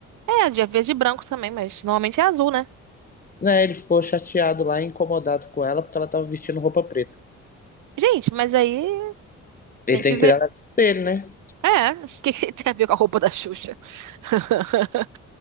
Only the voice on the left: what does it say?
né? Ele ficou chateado lá, e incomodado com ela, porque ela tava vestindo roupa preta.
Ele
tem que
cuidar da vida dele, né?